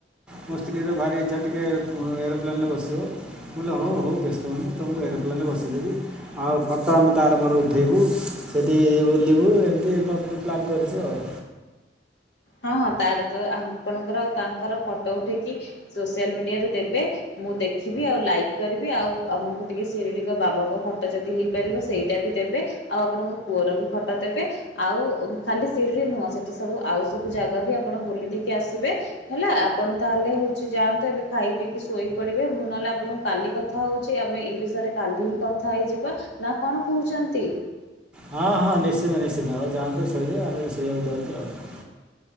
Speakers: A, in the centre; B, on the left.
A: ମୋ ସ୍ତ୍ରୀ ର ଭାରି ଇଚ୍ଛା ଟିକେ ଏରୋପ୍ଲେନ ରେ ବସିବ ମୁଁ କହିଲି ହଉ ହଉ ବ୍ୟସ୍ତ ହଉନି ତମକୁ ଏରୋପ୍ଲେନ୍ ରେ ବସେଇଦେବି ଆଉ ଫଟୋ ଆମେ ତାର ମୋର ଉଠାଇବୁ। ସେଠି ବୁଲିବୁ ଏମତି <unintelligible> ପ୍ଲାନ୍ କରିଚୁ ଆଉ।
B: ହଁ ହଁ ତାର ତ ଆପଣଙ୍କର ତାଙ୍କର ଫଟୋ ଉଠେଇକି ସୋସିଆଲ ମିଡ଼ିଆରେ ଦେବେ। ମୁଁ ଦେଖିବି ଆଉ ଲାଇକ୍ କରିବି ଆଉ ଆମକୁ ଟିକେ ଶିରିଡ଼ି ବାବାଙ୍କ ଫଟୋ ଯଦି ହେଇପାରିବ ସେଇଟା ବି ଟି ଦେବେ ଆଉ ଆପଣଙ୍କ ପୁଅର ବି ଫଟୋ ଦେବେ ଆଉ ଖାଲି ସିରିଡ଼ି ନୁହଁ ସେଠି ସବୁ ଆଉ ସବୁ ଜାଗା ବି ଆପଣ ବୁଲି ଦେଇକି ଆସିବେ ହେଲା ଆପଣ ତାହେଲେ ହଉଛି ଯାଆନ୍ତୁ ଏବେ ଖାଇ ପିଇକି ଶୋଇ ପଡ଼ିବେ ମୁଁ ନହେଲେ ଆପଣଙ୍କୁ କାଲି କଥା ହଉଛି ଆମେ ଏଇ ବିଷୟରେ କାଲି ହିଁ କଥା ହେଇଯିବା ନା କଣ କହୁଛ। ଛନ୍ତି।
A: ହଁ ହଁ ନିଶ୍ଚିନ୍ତ ନିଶ୍ଚିନ୍ତ ଆଉ ଯାଆନ୍ତୁ ଶୋଇବେ ଆମେ ବି ଶୋଇବାକୁ ଯାଉଛୁ ଆଉ।